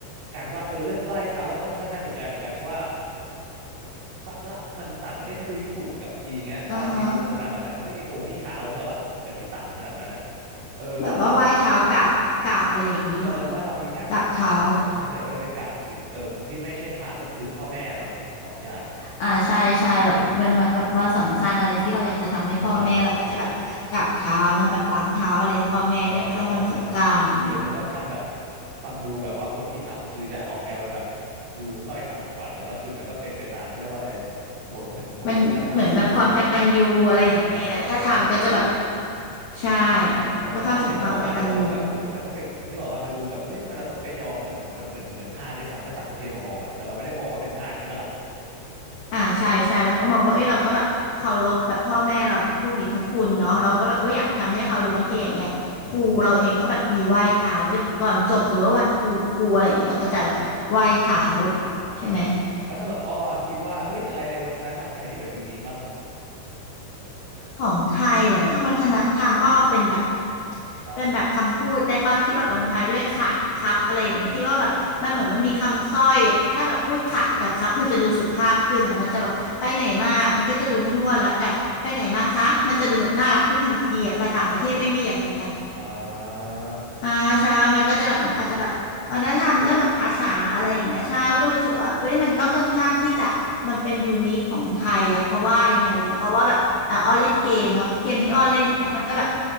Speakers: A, on the right; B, on the left.
A: การไหว้เออเรื่องไหว้เท้าก็ค่อนข้างน่าสนใจเหมือนกันเพราะว่าบะละมันต่างประเทศถ้าดูญี่ปุ่นกับจีนเงี้ยเขาอาจมีโค้งคำนับอะแต่เขาไม่มีโค้งที่เท้านึกออกปะแบบที่ต่ำขนาดนั้นอะ
B: อ๋อฮะ
A: เออบ้านเราคือ
B: แบบว่าไหว้เท้ากราบกราบอะไรอย่างนี้เหรอ
A: เออบ้านเรามีการกราบเท้าใช่ส่วนใหญ่ก็จะเป็นกราบสิเออที่ไม่ใช่พระก็คือพ่อแม่เนาะสองอย่าง
B: กราบเท้า อ่าใช่ใช่แบบวันแบบแบบวันสำคัญอะไรที่เราอยากจะทำให้พ่อแม่เราก็จะแบบกราบเท้านะแบบล้างเท้าอะไรพ่อแม่ด้วยช่วงวันสงกรานต์อย่างนี้
A: เออใช่ใช่ใช่ ใช่ใช่ใช่อีเวนต์จะค่อนข้างแบบฟังดูแบบว่าคนที่ทำก็คือจะออกแนวเป็นแบบดูต้อยต่ำกว่าแต่ก็คือมันก็เป็นไปตามเขาเรียกว่าอะไรบทบรรบทบรรทัดฐานของสังคม
B: มันเหมือนแบบความกตัญญูอะไรอย่างนี้นะถ้าทำก็จะแบบ
A: ใช่เราจะมองทางกตัญญู
B: ใช่
A: ใช่ใช่ถ้าต่างประเทศมามองก็อาจจะมองว่าแบบเอ้ยทำไมต้องไปเนื้อออกว่ามันดูแบบเอ้ยทำไมเราต้องไปยอมขนาดนั้นมันเหมือนเหมือนทาสได้วยซ้ำถ้าต่างประเทศมามองอ่ะแต่เราไม่ได้มองว่าเป็นทาสใช่ปะล่ะ
B: ก็เข้าถึงความกตัญญูอ่าใช่ใช่เราก็มองว่าเอ้ยเราก็แบบเคารพแบบพ่อแม่เราแบบผู้มีพระคุณเนาะเราก็แบบเอออยากทำให้เขาหรือบางทีอย่างเงี้ยครูเราเองก็แบบมีไหว้เท้าที่แบบก่อนจบหรือว่าวันทูครูอะไรอย่างเงี้ยเราก็จะแบบไหว้เท้า
A: ครับอ่าอ่าแล้วสำหรับอ้ออะคิดว่าเฮ้ยอะไรในวัฒนธรรมไทยที่แบบยูนิคบ้างครับ
B: ใช่ไหม ของไทยเหรอถ้าวัฒนธรรมอ้อเป็นแบบ
A: ครับ
B: เป็นแบบคำพูดได้ปะที่แบบลงท้ายด้วยค่ะครับอะไรอย่างเงี้ยที่ว่าแบบมันเหมือนมันมีคำสร้อยอะถ้าแบบพูดค่ะกับครับมันจะดูสุภาพขึ้นอ่ะมันจะแบบไปไหนมามันก็จะดูห้วนๆแล้วแต่ไปไหนมาคะมันจะดูแบบน่ารักขึ้นทันทีอ่ะแต่ต่างประเทศไม่มีอย่างนั้นนะ
A: ยังไงยังไงอ่า
B: อ่าใช่มันก็จะแบบเหมือนอาจจะแบบวัฒนธรรมเรื่องแบบภาษาอะไรอย่างเงี้ยใช่ก็รู้สึกว่าเอ้ยมันก็ค่อนข้างที่จะมันเป็นยูนิคของไทยอ่ะเพราะว่ายังไงเดียเพราะว่าแบบอ่าอ้อเล่นเกมเนาะเกมที่อ้อเล่นอย่างเงี้ยมันก็แบบ